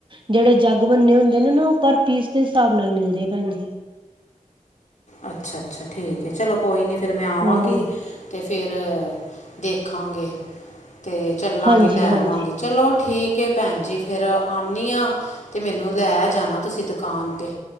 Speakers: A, on the right; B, on the left.
A: ਜਿਹੜੇ ਜੱਗ ਬੰਨੇ ਹੁੰਦੇ ਨੇ ਨਾ ਉਹ, ਪਰ ਪੀਸ ਦੇ ਹਿਸਾਬ ਨਾਲ ਮਿਲਦੇ ਭੈਣ ਜੀ।
B: ਅੱਛਾ -ਅੱਛਾ ਠੀਕ ਹੈ ਚਲੋ ਕੋਈ ਨਹੀਂ ਫਿਰ ਮੈਂ ਆਵਾਂਗੀ
A: ਹਾਂ।
B: ਅਤੇ ਫਿਰ ਦੇਖਾਂਗੇ ਤੇ ਚੱਲਾਂਗੇ
A: ਹਾਂਜੀ-ਹਾਂਜੀ,
B: ਲੈ ਆਵਾਂਗੇ। ਚਲੋ ਠੀਕ ਹੈ ਭੈਣ ਜੀ ਫਿਰ ਆਂਨੀ ਆਂ। ਤੇ ਮੈਨੂੰ ਲੈ ਜਾਣਾ ਤੁਸੀਂ ਦੁਕਾਨ ਤੇ